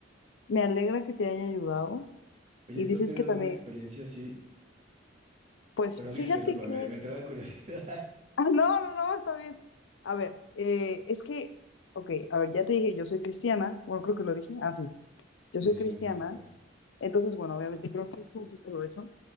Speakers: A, on the left (about 75°); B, on the right (about 40°).
A: me alegra que te haya ayudado.
B: Oye,
A: Y
B: ¿tú
A: dices
B: has tenido
A: que
B: alguna
A: también,
B: experiencia así?
A: pues
B: Perdón
A: fíjate
B: que te interrumpa,
A: que...
B: me,
A: <laughs>
B: me entró la curiosidad.
A: Ah, no, no, no, está bien. A ver, eh, es que, ok, a ver, ya te dije, yo soy cristiana. Bueno, creo que lo dije. Ah, sí,
B: Sí,
A: yo soy
B: sí
A: cristiana.
B: me dijiste.
A: Entonces, bueno, obviamente creo que Jesús y todo eso.